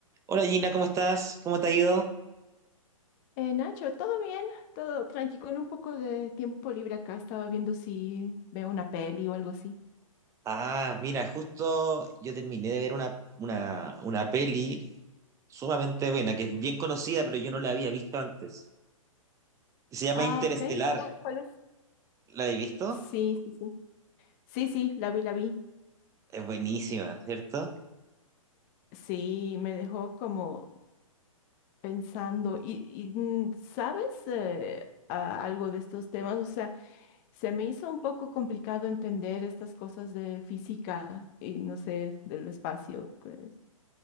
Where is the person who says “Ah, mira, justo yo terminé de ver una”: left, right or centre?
Right